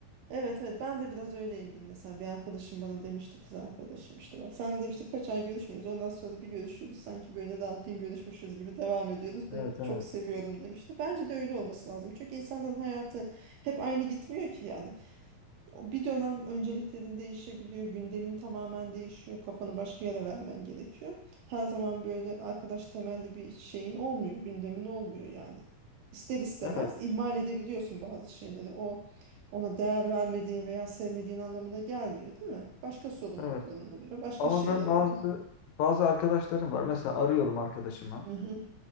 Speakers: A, on the right; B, on the left.
A: Evet evet ben de biraz öyleyimdir mesela bir arkadaşım bana demişti kız arkadaşım işte bak sen demiştik kaç ay görüşmüyoruz ondan sonra bir görüşüyoruz sanki böyle daha dün görüşmüşüz gibi devam ediyoruz
B: Evet
A: bunu
B: evet.
A: çok seviyorum demişti. Bence de öyle olması lazım çünkü insanların hayatı hep aynı gitmiyor ki yani O bir dönem önceliklerin değişebiliyor, gündemin tamamen değişiyor, kafanı başka yere vermen gerekiyor. Her zaman böyle arkadaş temelli bir şeyin olmuyor, gündemin olmuyor yani. İster istemez
B: Evet.
A: ihmal edebiliyorsun bazı şeyleri. O ona değer vermediğin veya sevmediğin anlamına gelmiyor, değil mi? Başka sorumlulukların
B: Evet.
A: oluyor, başka
B: Ama
A: şeyler
B: ben bazı
A: oluyor.
B: bazı arkadaşlarım var. Mesela arıyorum arkadaşımı.
A: Hı hı.